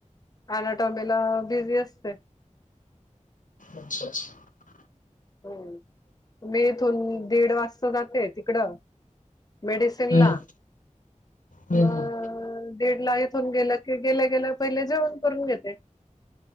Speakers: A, on the left; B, on the left.
A: आधाटामेला बिझी असते.
B: अच्छा अच्छा.
A: ह मी इथून दीड वाजता जाते तिकडं. मेडसिनला
B: हं, हं,
A: मग.
B: हं.
A: दीड ला इथून गेलं की गेल्या गेल्या पहिले जेवण करून घेते.